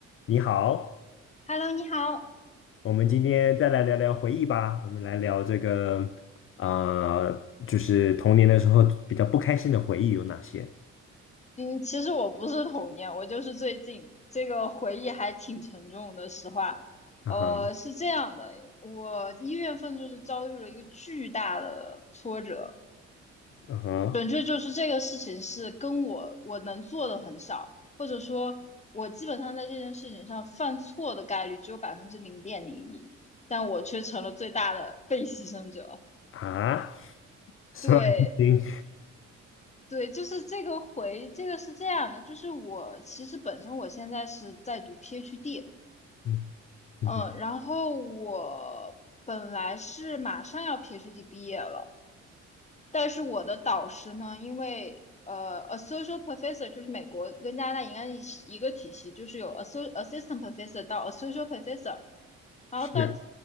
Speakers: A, on the left; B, on the left.
A: 你好，
B: Hello，你好。
A: 我们今天再来聊聊回忆吧。我们来聊这个，啊，就是童年的时候比较不开心的回忆有哪些？
B: 嗯，其实我不是童年，我就是最近这个回忆还挺沉重的。实话，
A: 啊哈，
B: 呃，是这样的，我一月份就是遭遇了一个巨大的挫折，
A: 啊哈，
B: 准确就是这个事情是跟我我能做的很少，或者说，我基本上在这件事情上犯错的概率只有百分之零点零一，但我却成了最大的被牺牲者。
A: 啊，所以，
B: 对，对，就是这个回，这个是这样的，就是我其实本身我现在是在读 PhD，
A: 嗯嗯哼，
B: 嗯，然后我本来是马上要 PhD 毕业了，但是我的导师呢，因为呃，associate professor 就是美国跟加拿大应该是一个体系，就是有 asso- assistant professor 到 associate professor，然后到
A: 是，